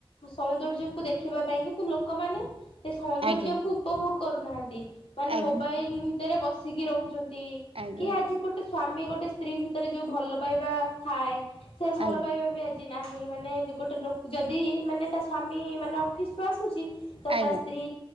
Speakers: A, on the left; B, on the right.
A: ସୌ-ସୌନ୍ଦର୍ଯ୍ୟକୁୁ ଦେଖିବା ପାଇଁ କିନ୍ତୁ ଲୋକମାନେ ସେ ସୌନ୍ଦର୍ଯ୍ୟ
B: ଆଜ୍ଞା
A: କୁ ଉପଭୋଗ କରୁନାହାନ୍ତି। ମାନେ
B: ଆଜ୍ଞା
A: ମୋବାଇଲ ଭିତରେ ବସିକି ରହୁଛନ୍ତି।
B: ଆଜ୍ଞା
A: କି ଆଜି ଗୋଟେ ସ୍ଵାମୀ ଗୋଟେ ସ୍ତ୍ରୀ ଭିତରେ ଯୋଉ ଭଲ ପାଇବା ଥାଏ। ସେ ଭଲ
B: ଆଜ୍ଞା
A: ପାଇବା ବି ଆ ଜି ନାହିଁ ମାନେ ଗୋଟେ ଲୋ ଯଦି ମାନେ ତା ସ୍ୱାମୀ ମାନେ ଅଫିସ୍ ଆସୁଛି ତ
B: ଆଜ୍ଞା
A: ତା ସ୍ତ୍ରୀ